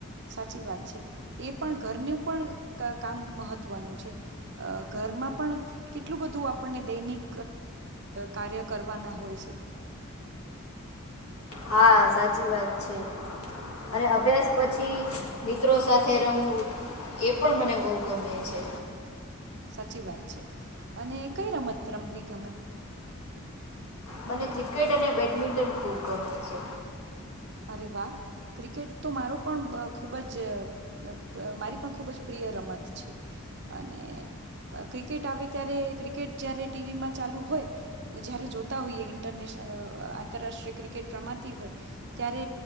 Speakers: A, on the right (about 50°); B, on the left (about 85°).
A: સાચી વાત છે. એ પણ ઘરનું પણ કામ મહત્વનું છે. અ ઘરમાં પણ કેટલું બધું આપણને દૈનિક કાર્ય કરવાના હોય છે.
B: હા સાચી વાત છે. અને અભ્યાસ પછી મિત્રો સાથે રમવું એ પણ મને બહુ ગમે છે.
A: સાચી વાત છે. અને કઈ રમત રમવી ગમે
B: મને ક્રિકેટ અને બેડમિન્ટન ખૂબ ગમે છે.
A: અરે વાહ ક્રિકેટ તો મારો પણ ખૂબ જ મારી પણ ખૂબ જ પ્રિય રમત છે. અને ક્રિકેટ આવે ત્યારે ક્રિકેટ જારે ટીવીમાં ચાલુ હોય જયારે જોતા હોઈએ ઇન્ટરનેશનલ આંતરરાષ્ટ્રીય ક્રિકેટ રમાતી હોય ત્યારે